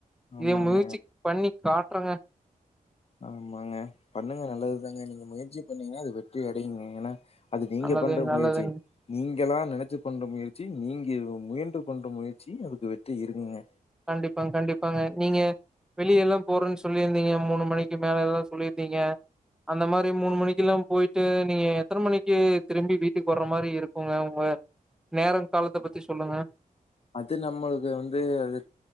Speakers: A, on the left; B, in the centre.
A: ஆமாங்க,
B: இதை மூசிக் பண்ணி கா ஆஹ
A: ஆமாங்க பண்ணுங்க நல்லதுதாங்க நீங்க முயற்சி பன்னீங்களா அது வெற்றி அடையுங்க ஏன்னா அது நீங்க
B: நல்லது
A: பண்ற முயற்சி
B: நல்லதுங்க
A: நீ நீங்கெல்லாம் நினைச்சு பண்ற முயற்சி நீங்க முயன்று பண்ற முயற்சி அதுக்கு வெற்றி இருக்குங்க
B: கண்டிப்பாங்க-கண்டிப்ங்க நீங்க வெளிய எல்லாம் போறேன்னு சொல்லியிருந்தீங்க மூணு மணிக்கு மேல எல்லாம் சொல்லியிருந்தீங்க அந்த மாதிரி மூணு மணிக்கு எல்லாம் போயிட்டு நீங்க எத்தனை மணிக்கு திரும்பி வீட்டுக்கு வர்ற மாதிரி இருக்குங்க உங்க நேரம் காலத்த பத்தி சொல்லுங்க
A: அது நம்மளுக்கு வந்து அது